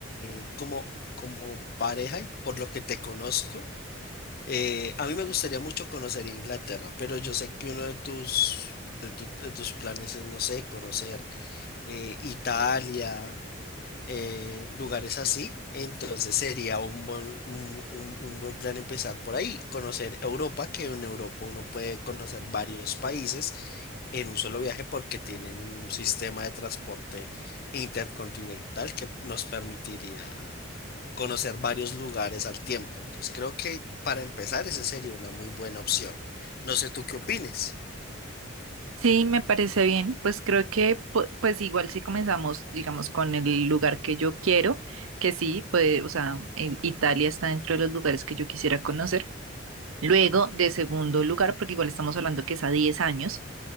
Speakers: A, on the left; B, on the right.
A: eh, como, como pareja y por lo que te conozco, eh, a mí me gustaría mucho conocer Inglaterra, pero yo sé que uno de tus, de tu- de tus planes es, no sé, conocer eh, Italia, eh, lugares así. Entonces sería un buen, un, un- un buen plan empezar por ahí, conocer Europa, que en Europa uno puede conocer varios países en un solo viaje porque tienen un sistema de transporte intercontinental que nos permitiría conocer varios lugares al tiempo. Entonces creo que para empezar esa sería una muy buena opción. No sé tú qué opines.
B: Sí, me parece bien. Pues creo que, pu- pues igual si comenzamos, digamos, con el lugar que yo quiero, que sí, pues, o sea, eh, Italia está dentro de los lugares que yo quisiera conocer. Luego, de segundo lugar, porque igual estamos hablando que es a 10 años.